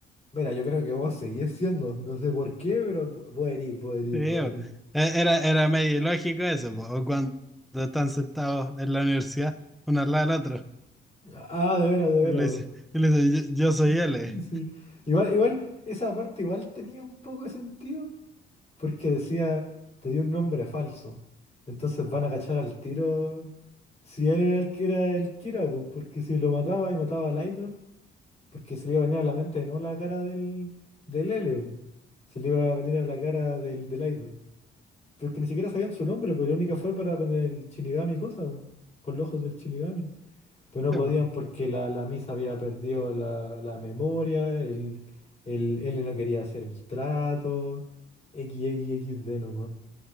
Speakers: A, on the left; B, in the centre.
A: mira, yo creo que vos seguís siendo, no sé por qué, pero vo- vos herís, vos herís,
B: Sí,
A: vos
B: va.
A: herís".
B: E- Era, era medio ilógico eso, po. O cuando están sentados en la universidad, uno al lado del otro,
A: Ah, de veras, de veras.
B: y le dice,
A: vos.
B: y le dice, yo, yo soy
A: <laughs>
B: L.
A: Sí. Igual, igual, esa parte igual tenía un poco de sentido, porque decía, te dio un nombre falso. Entonces van a cachar al tiro si él era el que era el Kira, pues, porque si lo mataba y mataba al idol, Porque se le iba a venir a la mente no la cara del, del L, po. se le iba a venir a la cara del, del idol. Pero es que ni siquiera sabían su nombre, pues la única forma era con el Shinigami y cosa, po, con los ojos del Shinigami. Pero no
B: <laughs>
A: podían porque la, la Misa había perdido la, la memoria, el, el L no quería hacer el trato, XXXD nomás.